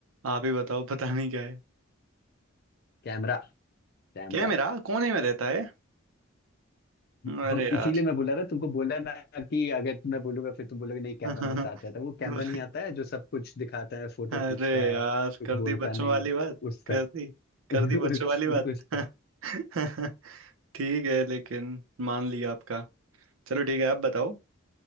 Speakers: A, on the right; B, on the left.
A: आप ही बताओ पता नहीं क्या
B: Camera camera
A: क्या है मेरा कौन ही में रहता है
B: हाँ
A: अरे यार
B: इसीलिए मैं बोला था तुमको बोला ना कि अगर मैं बोलूंगा फिर तुम बोलोगे नहीं कैमरा
A: <laughs>
B: मेरे साथ रहता है वो कैमरा नहीं आता है जो सब कुछ दिखाता है फोटो
A: अरे
B: खींचता है
A: यार
B: कुछ
A: कर
B: बोलता
A: दी बच्चों
B: नहीं
A: वाली बात
B: उस
A: कर
B: तक
A: दी कर
B: <laughs> उस
A: दी बच्चों वाली बात
B: उस
A: <laughs>
B: तक
A: ठीक है लेकिन मान लिया आपका चलो ठीक है आप बताओ